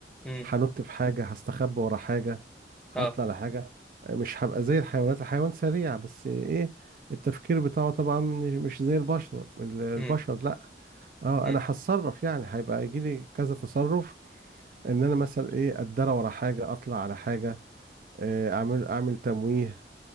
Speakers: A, in the centre; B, on the right.
A: امم
B: هنط في حاجه هستخبى ورا حاجه هطلع
A: اه
B: لحاجه مش هبقى زي الحيوانات الحيوان سريع بس ايه التفكير بتاعه طبعا مش مش زي البشر ال- البشر
A: امم
B: لا اه
A: امم
B: انا هتصرف يعني هيبقى يجي لي كذا تصرف ان انا مثلا ايه اتدرى ورا حاجه اطلع على حاجه آه، اعمل اعمل تمويه